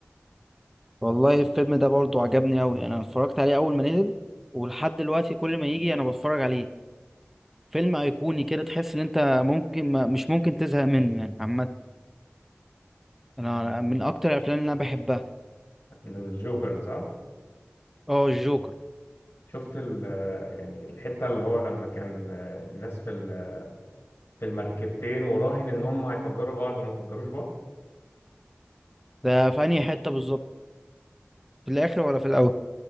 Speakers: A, in the centre; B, on the left.
A: والله الفيلم ده برضه عجبني قوي انا اتفرجت عليه اول ما نزل ولحد دلوقتي كل ما يجي انا بتفرج عليه فيلم ايقوني كده تحس ان انت ممكن ما مش ممكن تزهق منه يعني عامة انا من اكتر الافلام اللي انا بحبها
B: الجوكر صح
A: اه الجوكر
B: شفت ال آه، يعني الحتة اللي هو لما كان آه، الناس في ال- في المركبتين وراهن ان هم هيفجروا بعض وما فجروش بعض
A: ده في انهي حتة بالظبط في الاخر ولا في الاول